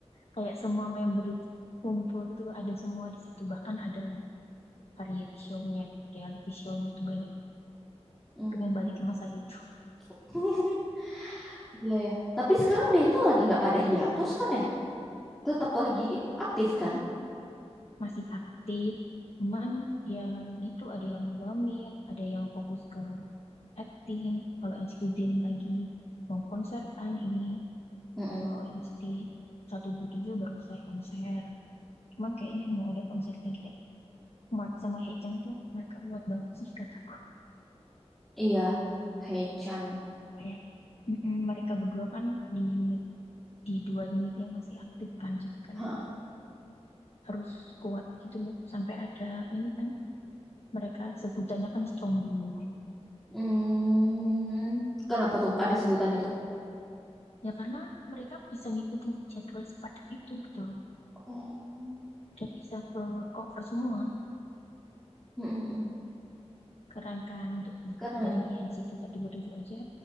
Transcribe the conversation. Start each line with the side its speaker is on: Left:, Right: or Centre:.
Left: kayak semua member itu kumpul gitu loh, ada semua di situ. Bahkan ada variety show-nya, reality show-nya itu banyak
Centre: Hmm.
Left: kembali ke masa itu.
Centre: <laughs> Iya ya. Tapi sekarang dia itu lagi nggak pada hiatus kan ya? Tetap lagi aktif kan?
Left: masih aktif. Cuman ya gitu, ada yang wamil, ada yang fokus ke acting. Kalau NCT Dream lagi mau konser kan ini.
Centre: Mm-mm.
Left: Kalau NCT 127 baru selesai konser. Cuman kayaknya mau ada konser lagi ya. Mat sama Haechan tuh mereka kuat banget sih kataku.
Centre: Iya. Hei-chan.
Left: Kayak mm-mm, mereka berdua kan di unit di dua unit yang masih aktif kan jadi kayak
Centre: Hah.
Left: harus kuat gitu loh sampai ada ini kan mereka sebutannya kan strong duo.
Centre: Hmm. Kenapa tuh ada sebutan itu?
Left: Ya karena mereka bisa ngikutin jadwal sepadat itu gitu
Centre: Oh.
Left: dan bisa ke cover semua
Centre: Mm-mm-mm.
Left: kerangkaan D-
Centre: Keren.
Left: dari NCT 127 aja